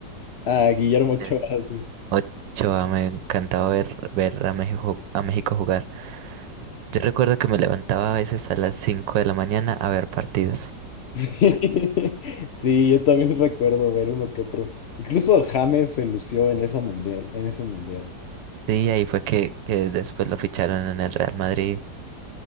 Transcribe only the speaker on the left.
Ah, Guillermo Ochoa,
sí.
Sí, <laughs> sí, yo también <laughs> recuerdo ver uno que otro. Incluso el James se lució en esa mundial, en ese mundial.